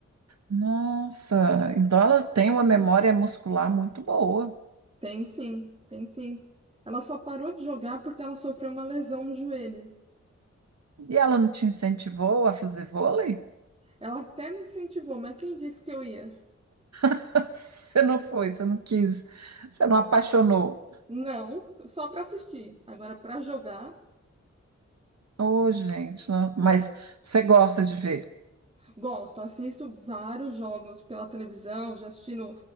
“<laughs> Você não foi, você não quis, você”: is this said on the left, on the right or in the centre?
Right